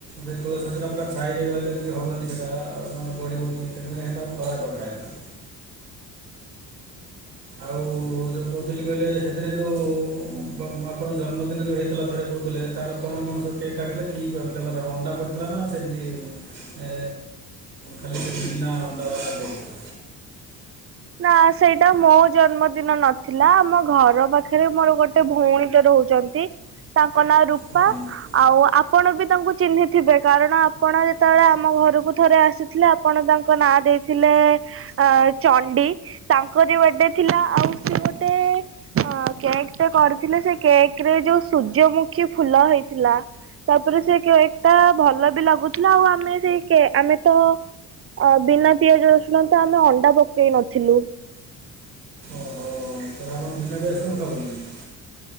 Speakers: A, on the right; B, on the right.
A: ସେ ତୁଳସୀ ଗଛ ଟା ପୁରା ଛାଇ ରହିଲେ ବି ହବନି ସେଟା ମାନେ ବଢ଼ିବନି। ସେଥିପାଇଁ ସେଟା ଖରାରେ ରଖା ହେଇଥିଲା। ଆଉ ଯୋଉ କହୁଥିଲି କହିଲେ। ସେଥିରେ ଯୋଉ ଆପଣଙ୍କ ଜନ୍ମଦିନ ଯୋଉ ହେଇଥିଲା ଥରେ କହୁଥିଲେ। ତାର କଣ କଣ ସବୁ କେକ୍ କାଟିଲେ? କି ଫ୍ଳେବର ଅଣ୍ଡା ପଡ଼ିଥିଲା ନା ସେମତି ଏ ଖାଲି ସେମିତି ନା ଆଣ୍ଡା ବାଲା କରିଥିଲ?
B: ନା ସେଇଟା ମୋ ଜନ୍ମଦିନ ନଥିଲା। ଆମ ଘର ପାଖରେ ମୋର ଗୋଟେ ଗୋଟେ ଭଉଣୀଟେ ରହୁଛନ୍ତି। ତାଙ୍କ ନାଁ ରୂପା।
A: ହଁ ହଁ
B: ଆଉ ଆପଣ ବି ତାଙ୍କୁ ଚିହ୍ନିଥିବେ। କାରଣ ଆପଣ ଯେତେବେଳେ ଆମ ଘରକୁ ଥରେ ଆସିଥିଲେ ଆପ୍ ଆପଣ ତାଙ୍କ ନାଁ ଦେଇଥିଲେ ଅ ଚନ୍ ଣ୍ଡି ତାଙ୍କର ତାଙ୍କରି ବଡେ ଥିଲା। ଆଉ ସେ ଗୋଟେ ହଁ କେକ୍ ଟେ କରିଥିଲେ। ସେ କେକ୍ ରେ ଯୋଉ ସୂର୍ଯ୍ୟମୁଖୀ ଫୁଲ ହେଇଥିଲା। ତାପରେ ସେ କେକ୍ ଟା ଭଲ ବି ଲାଗୁଥିଲା। ଆଉ ଆମେ ସେଇ କେ ଆମେ ତ ଅ ବିନା ପିଆଜ ରସୁଣ ତ ଆମେ ଅଣ୍ଡା ପକେଇ ନଥିଲୁ।
A: ଓହୋ ତାହେଲେ ଆପଣ ବିନା ପିଆଜ ରସୁଣରେ ଖାଉଛନ୍ତି?